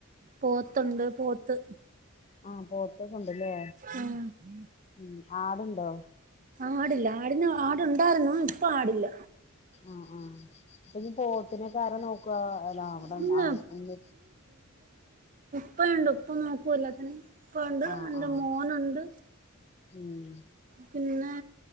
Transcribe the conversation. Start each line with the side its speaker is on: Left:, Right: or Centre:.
Right: പോത്തുണ്ട് പോത്ത്
Left: ആഹ് പോത്തൊക്കെ ഉണ്ട് ലേ.
Right: ആ
Left: ഉം ആട്ണ്ടോ?
Right: ആടില്ല ആടിന് ആട്ണ്ടായിരുന്നു ഇപ്പ ആടില്ല.
Left: ആഹ് ആഹ് അപ്പ ഈ പോത്തിനൊക്കെ ആരാ നോക്കാ അല്ല അവിടെ
Right: ഇല്ല
Left: ആ ഒന്ന്
Right: ഇപ്പയുണ്ട് ഇപ്പ നോക്കും എല്ലാത്തിനേം. പ്പ ഇണ്ട്
Left: ആഹ്
Right: ഇന്റെ
Left: ആഹ്
Right: മോന്ണ്ട്
Left: ഉം
Right: പിന്നെ